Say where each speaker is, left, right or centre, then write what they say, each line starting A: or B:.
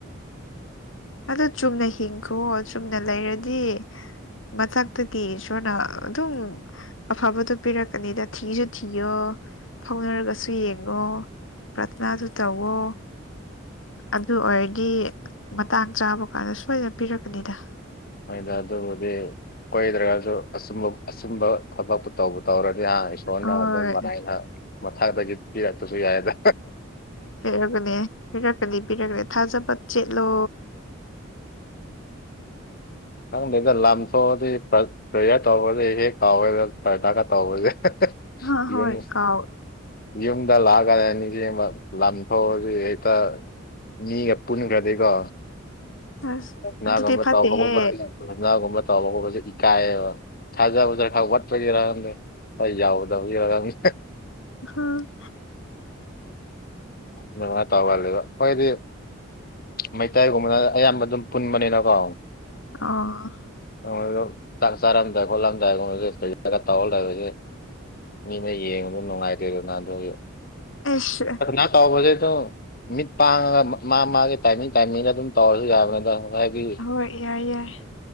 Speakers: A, on the left; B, on the left.
A: ꯑꯗꯨ ꯆꯨꯝꯅ ꯍꯤꯡꯈꯣ ꯆꯨꯝꯅ ꯂꯩꯔꯗꯤ ꯃꯊꯛꯇꯗꯤ ꯏꯁꯣꯔꯅ ꯑꯗꯨꯝ ꯑꯐꯕꯗꯣ ꯄꯤꯔꯛꯀꯅꯤꯗ ꯊꯤꯁꯨ ꯊꯤꯌꯣ ꯐꯥꯎꯅꯔꯒꯁꯨ ꯌꯦꯡꯉꯣ ꯄ꯭ꯔꯊꯅꯥꯁꯨ ꯇꯧꯋꯣ ꯑꯗꯨ ꯑꯣꯏꯔꯗꯤ ꯃꯇꯥꯡ ꯆꯥꯕ ꯀꯥꯟꯗ ꯁꯣꯏꯗꯅ ꯄꯤꯔꯛꯀꯅꯤꯗ
B: ꯁꯣꯏꯗ ꯑꯗꯨꯕꯨꯗꯤ ꯀꯣꯏꯗ꯭ꯔꯒꯁꯨ ꯑꯆꯨꯝꯕ ꯑꯆꯨꯝꯕ ꯊꯕꯛꯇꯨ ꯇꯧꯕ ꯇꯧꯔꯒꯦ ꯑꯗꯨꯗꯤ ꯏꯁꯣꯔꯅ
A: ꯍꯣꯏ
B: ꯑꯗꯨꯝ ꯃꯔꯥꯏꯅ ꯃꯊꯛꯇꯗꯒꯤ ꯄꯤꯔꯛꯇꯁꯨ ꯌꯥꯏꯗ
A: ꯐꯔꯀꯅꯤ ꯐꯔꯛꯅꯤ ꯐꯔꯗ ꯊꯥꯖꯕ ꯆꯦꯠꯂꯣ
B: ꯈꯪꯗꯦꯗ ꯂꯝ ꯁꯣꯛꯑꯗꯤ ꯄ꯭ꯔꯦꯌꯔ ꯇꯧꯕꯗꯤ ꯍꯦꯛ ꯀꯥꯎꯋꯦ ꯊꯥꯛꯀ ꯇꯧꯕꯁꯦ
A: ꯍ
B: ꯅꯤꯕꯤꯅꯤ
A: ꯍꯣꯏ ꯀꯥꯎ
B: ꯌꯨꯝꯗ ꯂꯥꯛꯑꯀꯗ ꯑꯅꯤꯁꯤ ꯂꯊꯣꯛꯑꯁꯤ ꯍꯦꯛꯇ ꯃꯤꯒ ꯄꯨꯟꯈ꯭ꯔꯗꯦꯒ
A: ꯑꯁ
B: ꯅꯅꯥꯒꯒ
A: ꯑꯗꯨꯗꯤ ꯐꯠꯇꯦꯍꯦ
B: ꯅꯅꯥ ꯇꯕ ꯈꯣꯠꯁꯦ ꯏꯀꯥꯏꯌꯦꯕ ꯊꯥꯖꯕꯖ ꯈꯔ ꯋꯥꯠꯄꯗꯤꯔꯗꯦ ꯑꯩ ꯌꯥꯎꯗꯒꯃꯤ
A: ꯑꯝ
B: ꯑꯗꯨꯃꯥꯏ ꯇꯧꯒꯜꯂꯦꯕ ꯑꯈꯣꯏꯗꯤ ꯃꯩꯇꯩꯒꯨꯝꯕꯅ ꯑꯌꯥꯝꯕꯗꯨꯝ ꯄꯨꯟꯕꯅꯤꯅꯀꯣ
A: ꯑ
B: <unintelligible> ꯆꯥꯛ ꯆꯥꯔꯝꯗꯥꯏ ꯈꯣꯠꯂꯝꯗꯥꯏꯒꯨꯝꯕꯖꯨ <unintelligible> ꯇꯧꯔ ꯂꯩꯕꯒꯤ ꯃꯤꯅ ꯌꯦꯡꯕꯗ ꯅꯨꯡꯉꯥꯏꯇꯦꯗꯅ ꯑꯗꯨꯒꯤ꯫
A: ꯑꯩꯁ
B: ꯇꯧꯕꯖꯦ ꯑꯗꯨꯝ ꯃꯤꯠ ꯄꯥꯡꯉꯒ ꯃꯥ-ꯃꯥꯒꯤ ꯇꯥꯏꯃꯤꯡ-ꯇꯥꯏꯃꯤꯡꯗ ꯑꯗꯨꯝ ꯇꯧꯔꯖꯨ ꯌꯥꯕꯅꯤꯗ꯫ ꯍꯥꯏꯗꯤ
A: ꯍꯣꯏ ꯌꯥꯏ-ꯌꯥꯏ